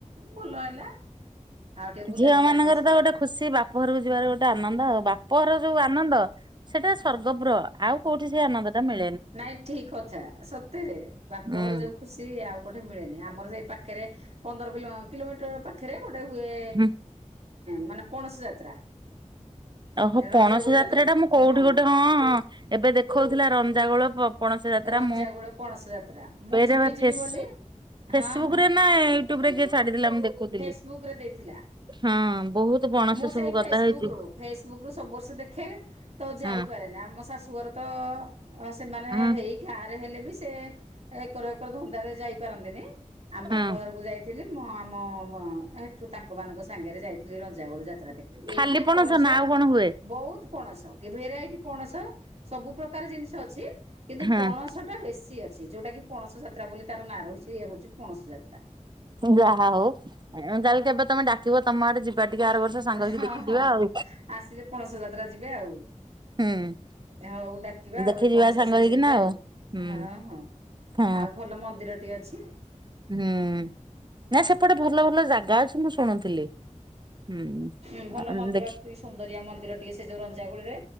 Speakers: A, on the right; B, on the right.
A: ଭଲ ହେଲା। ଆଉ ଟିକେ ବୁଲାବୁଲି
B: ଝିଅ ମାନଙ୍କର
A: ଆମର ସେ
B: ତ
A: ପା
B: ଗୋଟେ ଖୁସି ବାପ ଘରକୁ ଯିବାର ଗୋଟେ ଆନନ୍ଦ ଆଉ ବାପଘର ଯୋଉ ଆନନ୍ଦ। ସେଇଟା ସର୍ଗପୁର ଆଉ କୋଉଠି ସେ ଆନନ୍ଦ ଟା ମିଳ
A: ନାଇଁ ଠିକ କଥା ସତେରେ, ବାପ
B: ହୁଁ।
A: ଘର ଯୋଉ ଖୁସି ଆଉ କୋଠେ ମିଳେନି, ଆମର ସେଇ ପାଖରେ। ପନ୍ଦର କିଲୋ କିଲୋମିଟର ପାଖରେ, ଗୋଟେ ହୁଏ
B: ହୁଁ
A: ମାନେ ପଣସ ଯାତ୍ରା।
B: ଓହୋ
A: ରଞ୍ଜାଗୋଳ
B: ପଣସ ଯାତ୍ରା ଟା ମୁଁ କୋଉଠି
A: ହଁ
B: ଗୋଟେ, ହଁ, ଏବେ ଦେଖଉଥିଲା ରଞ୍ଜାଗୋଳ ପ ପଣସ ଯାତ୍ରା
A: ରଞ୍ଜାଗୋଳ
B: ମୁଁ,
A: ପଣସ ଯାତ୍ରା ମୁଁ
B: ପେଜ
A: ଯିବି
B: ବା
A: ଯିବି
B: ଫେଶ
A: ବୋଲି
B: ଫେସବୁକରେ
A: ହଁ ହଁ
B: ନା ୟୁଟ୍ୟୁବ ରେ କିଏ ଛାଡିଥିଲା ମୁଁ ଦେଖୁଥିଲି,
A: ଫେସବୁକ୍ ରେ ଦେଇଥିଲା।
B: ହଁ। ବହୁତ ପଣସ
A: ମୁଁ
B: ସବୁ
A: ସେଇ
B: ଗଦା
A: ଫେସବୁକ
B: ହେଇଛି
A: ରୁ, ଫେସ ବୁକ ରୁ ସବୁ ବର୍ଷ ଦେଖେ, ତ ଯାଇପାରେ
B: ହଁ
A: ନା, ଆମ ଶାଶୁଘର ତ ଅ ସେମାନେ
B: ହଁ
A: ହେଇ ଗାଁ ରେ ହେଲେ ବି ସେ ଏକର, ଏକର ଧନ୍ଦାରେ ଯାଇ ପାରନ୍ତିନି, ଆମ୍
B: ହଁ।
A: ବାପରକୁ ଯାଇଥିଲି। ମୁଁ ଆମ ବ ବ ଏଠୁ ତାଙ୍କ ମାନଙ୍କ ସାଙ୍ଗରେ ଯାଇଥିଲି ର ଯାବଳ <unintelligible> ଯାତ୍ରା ଦେଖିକି
B: ଖାଲି
A: ଏତେ ପଣସ,
B: ନା ଆଉ କଣ ହୁଏ
A: ବହୁତ। ପଣସ, କି ଭେରାଇଟି ପଣସ, ସବୁ ପ୍ରକାର ଜିନିଷ ଅଛି କିନ୍ତୁ
B: ହଁ
A: ପଣସ ଟା ବେଶୀ। ଅଛି, ଯୋଉଟା କି -ପଣସ ଯାତ୍ରା ବୋଲି ତାର ନାଁ ରହିଛି, ଇଏ ହଉଛି ପଣସ ଯାତ୍ରା।
B: ଯାହା ହଉ, ତାହେଲେ କେବେ ତମେ ଡାକିବ ତମ ଆଡେ ଯିବା ଟିକେ ଆର ବର୍ଷ ସାଙ୍ଗ ହେଇକି
A: ହଁ,
B: ଦେଖିଯିବା
A: ହଁ,
B: ଆଉ
A: ପ ଆସିଲେ ପଣସ ଯାତ୍ରା ଯିବେ ଆଉ।
B: ହୁଁ।
A: ହଉ ଡାକିବା
B: ଦେଖି
A: ଆଉ, ଏ
B: ଯିବା
A: ପଣସ
B: ସାଙ୍ଗ
A: ସିଜିନ
B: ହେଇକିନା
A: ରେ ଆଉ,
B: ହୁଁ
A: ହଁ ହଁ।
B: ହଁ
A: ଆଉ ଭଲ ମନ୍ଦିରଟି ଅଛି।
B: ହୁଁ, ନା ସେପଟେ ଭଲ ଭଲ ଜାଗା ଅଛି ମୁଁ ଶୁଣୁଥିଲି। ହୁଁ
A: ହଁ ଭଲ ମନ୍ଦିର
B: ଦେଖି
A: ଟି, ସୁନ୍ଦରିଆ ମନ୍ଦିର ଟିଏ, ସେ ଯୋଉ ରଞ୍ଜାଗୁଳିରେ,